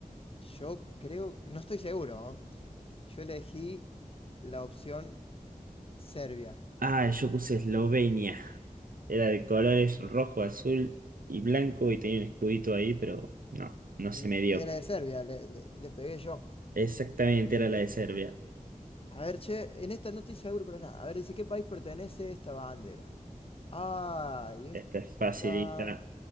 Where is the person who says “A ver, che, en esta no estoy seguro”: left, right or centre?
Left